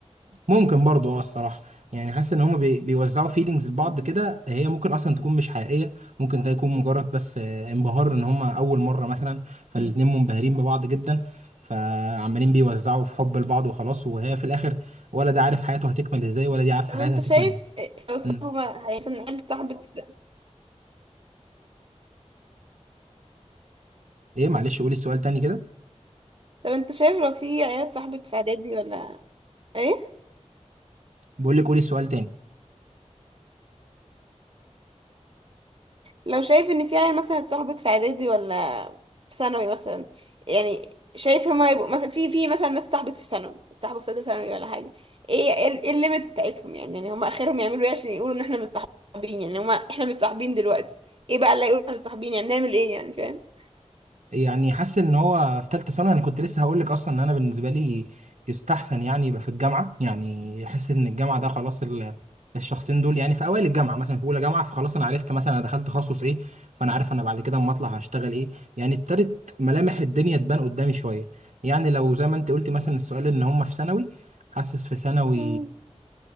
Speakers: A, on the right; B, on the right.
A: ممكن برضو اه الصراحة يعني حاسس ان هما بي بيوزعوا فيلينجز لبعض
B: يعني
A: كده هي ممكن اصلا تكون مش حقيقية ممكن ده يكون مجرد بس آه، انبهار ان هما اول مرة مثلا فالاتنين منبهرين ببعض جدا فعمالين بيوزعوا في حب لبعض وخلاص وهي في الاخر ولا ده عارف حياته هتكمل ازاي ولا دي عارفة
B: طب
A: حياتها
B: انت
A: هتكمل
B: شايف
A: ازاي
B: لو
A: مم.
B: صاحبه ما- مثلا عيلة صاحبة في...
A: ايه معلش قولي السؤال تاني كده
B: لو انت شايف لو في عيلة صاحبة في اعدادي ولا ايه
A: بقول لك قولي السؤال تاني
B: لو شايف ان في عيلة مثلا اتصاحبت في اعدادي ولا في ثانوي مثلا يعني شايف هما يبقوا مثلا في في مثلا ناس صاحبت في ثانوي صاحبوا في ثالثة ثانوي ولا حاجة ايه ايه ال- ايه الليميت بتاعتهم يعني يعني هما اخرهم يعملوا ايه عشان يقولوا ان احنا متصاحبين يعني هما احنا متصاحبين دلوقتي ايه بقى اللي هيقولوا احنا متصاحبين يعني نعمل ايه يعني فاهم
A: يعني حاسس ان هو في ثالثه ثانوي انا كنت لسه هقول لك اصلا ان انا بالنسبه لي يستحسن يعني يبقى في الجامعه يعني احس ان الجامعه ده خلاص ال- الشخصين دول يعني في اوائل الجامعه مثلا في اولى جامعه فخلاص انا عرفت مثلا انا دخلت تخصص ايه فانا عارف انا بعد كده اما اطلع هشتغل ايه يعني ابتدت ملامح الدنيا تبان قدامي شويه يعني لو زي ما انت قلت مثلا السؤال ان هم في ثانوي حاسس في ثانوي
B: مم.